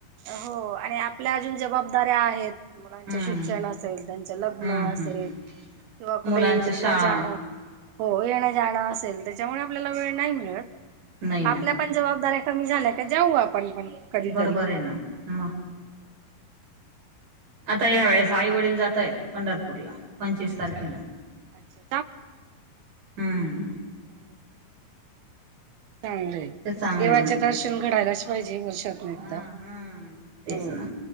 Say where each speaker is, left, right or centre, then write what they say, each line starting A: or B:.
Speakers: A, on the right (about 85°); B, on the right (about 60°).
A: हो आणि आपल्या अजून जबाबदाऱ्या आहेत. मुलांचे
B: हम्म
A: शिक्षण असेल त्यांच लग्न
B: हम्म
A: असेल
B: हम्म
A: तेव्हा कुठ
B: मुलांच
A: येन
B: शाळा
A: जाण हो येणं जाणं असेल त्याच्यामुळे आपल्याला वेळ नाही मिळत
B: नाही ना
A: आपल्या जबाबदाऱ्या कमी झाल्या का जाऊ आपण पण कधीतरी
B: बरोबर आहे ना मग आता या वेळेस आई वडील जाता येत पंढरपूरला पंचवीस
A: अच्छा
B: तारखेला
A: अच्छा
B: हम्म.
A: ह. ह रे <unintelligible>
B: ते चांगले
A: देवाच
B: आहे म्हटलं
A: दर्शन घडायलाच पाहिजे वर्षातून एकदा
B: हा हा तेच
A: हो.
B: ना